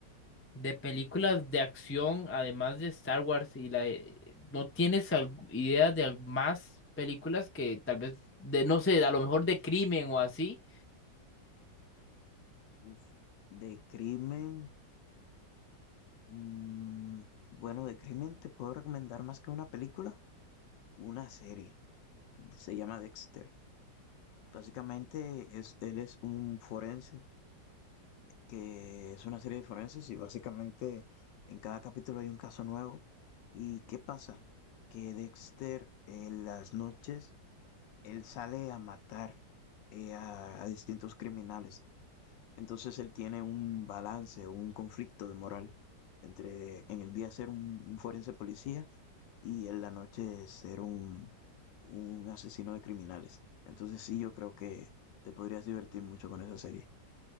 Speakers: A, on the left (about 20°); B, on the left (about 80°).
A: de películas de acción, además de Star Wars y la de- ¿no tienes al- idea de al- más películas que tal vez de no sé, a lo mejor de crimen o así?
B: Uf, de crimen. mm, bueno, de crimen te puedo recomendar más que una película, una serie. Se llama Dexter. Básicamente es, él es un forense que es una serie de forenses y básicamente en cada capítulo hay un caso nuevo. ¿Y qué pasa? Que Dexter en las noches, él sale a matar eh, a, a distintos criminales. Entonces él tiene un balance, un conflicto de moral entre en el día ser un, un forense policía y en la noche ser un, un asesino de criminales. Entonces sí, yo creo que te podrías divertir mucho con esa serie.